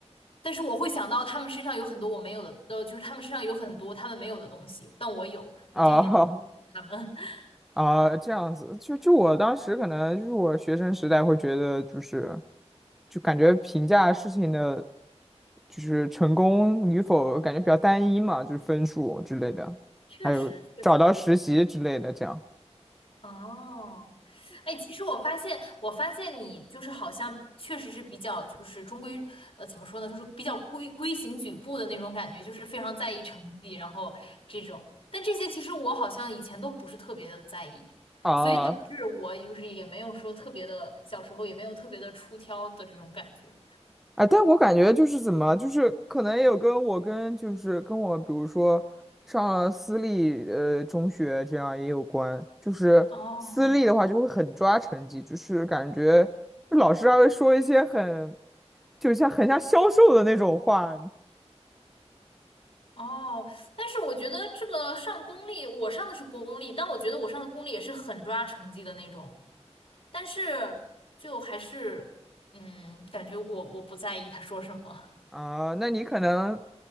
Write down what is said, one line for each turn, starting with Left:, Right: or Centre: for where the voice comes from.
Left: 但是我会想到他们身上有很多我没有的，呃，就是他们身上有很多他们没有的东西，但我有，我就一点都不羡慕他们。
Centre: 啊 <laughs>，
Left: <laughs>
Centre: 啊，这样子，就就我当时可能就是我学生时代会觉得，就是就感觉评价事情的，就是成功与否，感觉比较单一嘛，就是分数之类的，
Left: 确实，
Centre: 还有找到实习之类的这样。
Left: 确实是。哦，哎，其实我发现，我发现你就是好像确实是比较就是中规，呃，怎么说呢，就是比较规规行矩步的那种感觉，就是非常在意成绩，然后这种。但这些其实我好像以前都不是特别的在意，
Centre: 啊，
Left: 所以导致我就是也没有说特别的，小时候也没有特别的出挑的这种感觉。
Centre: 哎，但我感觉就是怎么，就是可能也有跟我跟就是跟我，比如说上了私立呃中学这样也有关。就是私立的话就会很抓成绩，
Left: 哦，
Centre: 就是感觉老师还会说一些很，就像很像销售的那种话
Left: 哦，但是我觉得这个上公立，我上的是公立，但我觉得我上的公立也是很抓成绩的那种，但是就还是，嗯，感觉我我不在意他说什么，
Centre: 啊。那你可能